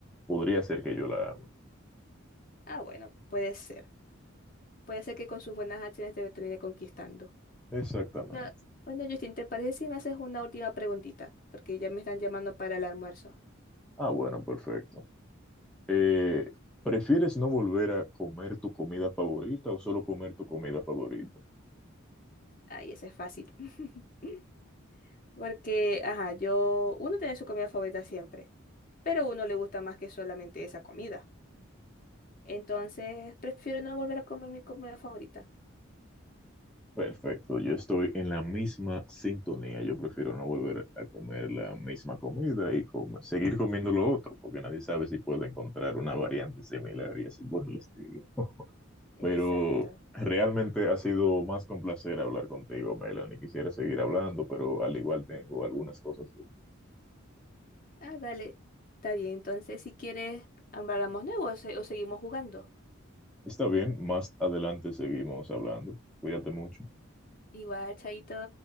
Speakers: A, in the centre; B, on the left.
A: podría ser que yo la ame.
B: Ah, bueno, puede ser. Puede ser que con sus buenas acciones te termine conquistando.
A: Exactamente.
B: No, bueno, Justin, ¿te parece si me haces una última preguntita? Porque ya me están llamando para el almuerzo.
A: Ah, bueno, perfecto. Eh, ¿prefieres no volver a comer tu comida favorita o solo comer tu comida favorita?
B: Ay, ese es fácil. <laughs> Porque, ajá, yo, uno tiene su comida favorita siempre, pero a uno le gusta más que solamente esa comida. Entonces, prefiero no volver a comer mi comida favorita.
A: Perfecto, yo estoy en la misma sintonía. Yo prefiero no volver a comer la misma comida y comer, seguir comiendo lo otro, porque nadie sabe si puede encontrar una variante similar y así por el estilo.
B: Exacto.
A: Pero realmente ha sido más que un placer hablar contigo, Melanie. Quisiera seguir hablando, pero al igual tengo algunas cosas que...
B: Ah, dale. Está bien, entonces si quieres, hablamos nuevo o, se- o seguimos jugando.
A: Está bien, más adelante seguimos hablando. Cuídate mucho.
B: Igual, chaito.